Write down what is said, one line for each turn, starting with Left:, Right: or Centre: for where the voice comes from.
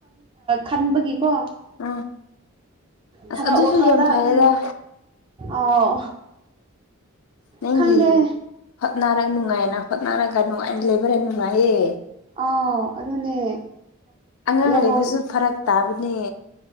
Right: ꯈꯟꯕꯒꯤꯀꯣ
Left: ꯎꯝ ꯑꯁ
Right: ꯊꯕꯥꯛ
Left: ꯑꯗꯨꯁꯨ
Right: ꯋꯥꯈꯥꯎꯗ
Left: ꯌꯥꯝ ꯐꯩꯌꯦꯗ
Right: ꯈꯥꯟ ꯑꯥꯎ
Left: ꯅꯪꯒꯤ
Right: ꯈꯪꯗꯦ
Left: ꯍꯣꯠꯅꯔꯒ ꯅꯨꯡꯉꯥꯏꯅ ꯍꯣꯠꯅꯔꯒ ꯅꯨꯡꯉꯥꯏꯅ ꯂꯩꯕ꯭ꯔꯥ ꯅꯨꯡꯉꯥꯏꯌꯦ
Right: ꯑꯥꯎ ꯑꯗꯨꯅꯦ
Left: ꯑꯉꯥꯡ
Right: ꯂꯨꯍꯣꯡ
Left: ꯂꯩꯕꯁꯨ ꯐꯔꯛ ꯇꯥꯕꯅꯦ